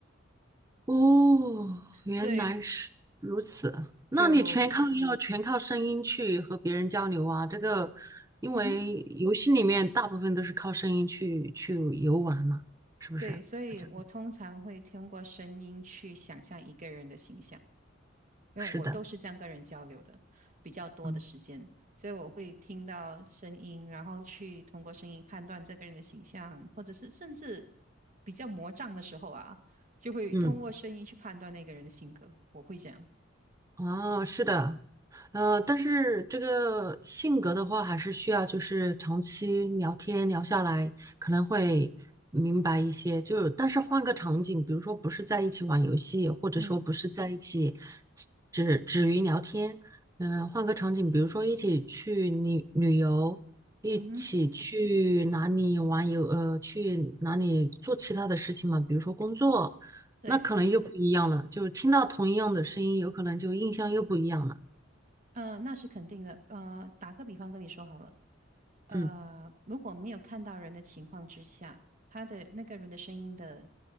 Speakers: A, on the right; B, on the right.
A: 哦，原来是如此。
B: 所以
A: 那你全靠要全靠声音去和别人交流啊？
B: 就。
A: 这个，因为游戏里面大部分都是靠声音去去游玩嘛，
B: 嗯哼。
A: 是不是？
B: 对，所以我通常会通过声音去想象一个人的形象，
A: 好像
B: 因为我都是这样跟人交流的，
A: 是的，
B: 比较多的时间，
A: 嗯
B: 所以我会听到声音，然后去通过声音判断这个人的形象，或者是甚至比较魔障的时候啊，就会通过声音去判断那个人的性格，
A: 嗯。
B: 我会这样。
A: 哦，是的，呃，但是这个性格的话，还是需要就是长期聊天聊下来，可能会明白一些。就但是换个场景，比如说不是在一起玩游戏，或者说不是在一起
B: 嗯
A: 只止于聊天，嗯、换个场景，比如说一起去旅旅游，一起去哪里玩游，
B: 嗯哼，
A: 呃，去哪里做其他的事情嘛，比如说工作。
B: 对。
A: 那可能又不一样了，就听到同一样的声音，有可能就印象又不一样了。
B: 呃，那是肯定的。呃，打个比方跟你说好了，呃，
A: 嗯，
B: 如果没有看到人的情况之下，他的那个人的声音的